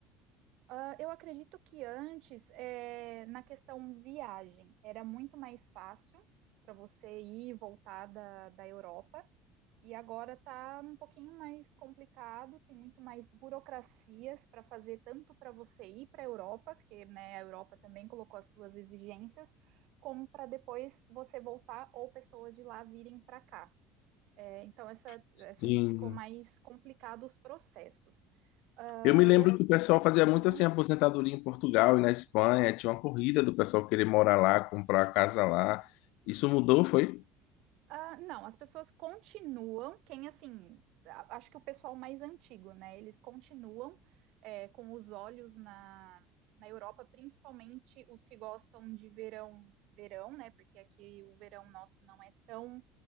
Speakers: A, on the right (about 65°); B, on the left (about 70°).
A: Ah, eu acredito que antes, eh, na questão viagem, era muito mais fácil para você ir e voltar da, da Europa, e agora está um pouquinho mais complicado, tem muito mais burocracias para fazer, tanto para você ir para a Europa, porque né, a Europa também colocou as suas exigências, como para depois você voltar ou pessoas de lá virem para cá. Eh, então, essa,
B: Sim,
A: assim, ficou mais complicado os processos. Ah,
B: Eu me lembro
A: o-
B: que o pessoal fazia muito
A: Uhum.
B: assim, aposentadoria em Portugal e na Espanha. Tinha uma corrida do pessoal querer morar lá, comprar casa lá. Isso mudou, foi?
A: Ah, não, as pessoas continuam, quem assim, a- acho que o pessoal mais antigo, né? Eles continuam é, com os olhos na, na Europa, principalmente os que gostam de verão, verão, né? Porque aqui o verão nosso não é tão,